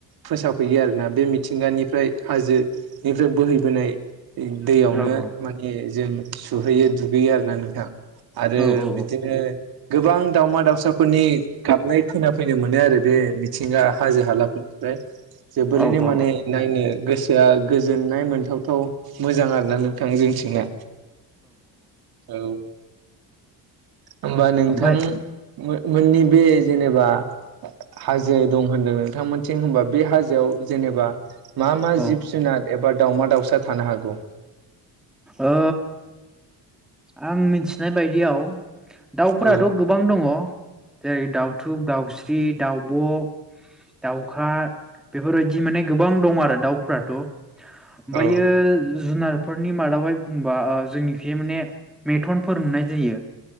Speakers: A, on the right (about 60°); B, in the centre.
A: फोसफैयो आरोना बे मिथिंगानिफ्राय हाजोनिफ्राय बोहै बोनाय दैयावनो
B: औ औ औ
A: माने जों सुहैयो दुगैयो आरोना नोंथां। आरो
B: औ औ
A: बिदिनो गोबां दावमा दाावसाफोरनि गाबनाय खोना फैनो मोनो आरो बे मि थिंगा हाजो हालाफोरनिफ्राय जोबोरैनो
B: औ औ
A: माने नायनो गोसोआ गोजोननाय मोन थावथाव मोजां आरोना नोंथां जोंथिंना औ होनबा नोंथां
B: ओमफाय
A: मो मोननि बे जेनेबा हाजो दं मोनदों नोंथांमोनथिं होनबा बे हाजोआव जेनबा मा मा
B: औ
A: जिब जुनार एबा दाउमा दाउ सा थानो हागौ?
B: ओ आं मिथिनाय बायदियाव दाउफोराथ'
A: औ
B: गोबां दङ जेरै दाउथु दाउस्रि दाउब' दाउखा बेफोरबायदि माने गोबां दं आरो दाउफ्राथ' ओमफ्रायो
A: औ
B: जुनार फोरनि मादावहाय बुंबा ओ जोंनिखि माने मेथनफोर मोननाय जायो।